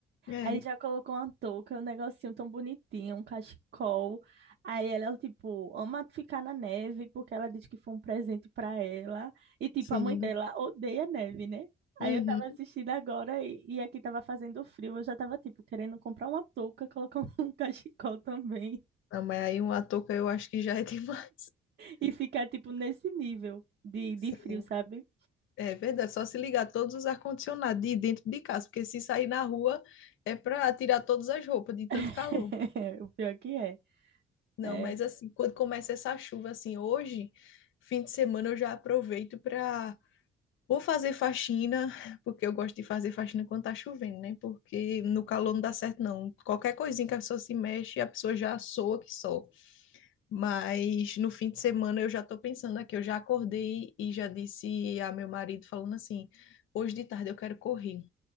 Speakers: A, on the left; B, on the right.
A: É,
B: Aí já colocou uma touca, um negocinho tão bonitinho, um cachecol. Aí ela, tipo, ama ficar na neve, porque ela diz que foi um presente pra ela. E, tipo,
A: sim.
B: a mãe dela odeia neve, né?
A: Uhum.
B: Aí eu tava assistindo agora e, e aqui tava fazendo frio. Eu já tava, tipo, querendo comprar uma touca, colocar <laughs> um cachecol também.
A: Não, mas aí uma touca eu acho que já é <laughs> demais.
B: E ficar, tipo, nesse nível de,
A: Sim.
B: de frio, sabe?
A: É verdade, só se ligar todos os ar-condicionados de dentro de casa, porque se sair na rua é para tirar todas as roupas de tanto
B: <laughs>
A: calor.
B: O pior que é.
A: Não,
B: É,
A: mas assim, quando começa essa chuva, assim, hoje, fim de semana, eu já aproveito para ou fazer faxina, porque eu gosto de fazer faxina quando tá chovendo, né? Porque no calor não dá certo, não. Qualquer coisinha que a pessoa se mexe, a pessoa já soa que só. Mas no fim de semana eu já tô pensando aqui, eu já acordei e já disse a meu marido falando assim: hoje de tarde eu quero correr.